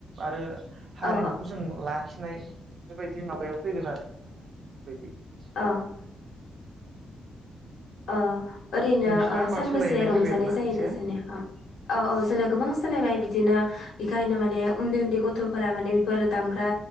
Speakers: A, on the right; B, on the left.
A: आरो हारिमुखौ
B: औ
A: जों लाखिनाय बेबायदि माबायाव फैगोन आरो बेबायदि ।
B: अ <inaudible> ओ ओरैनो
A: नोंसिना
B: ओ
A: होमबा
B: सानबेसे
A: सोलायनाय
B: रंजानाय
A: फैबाय आरो ना
B: जायो
A: एसे
B: नोंसिनिया? औ औ जोंना गोबां सोलायबाय बिदिनो बेखायनो माने उन्दै उन्दै गथ' फोरा माने बेफोर दामग्रा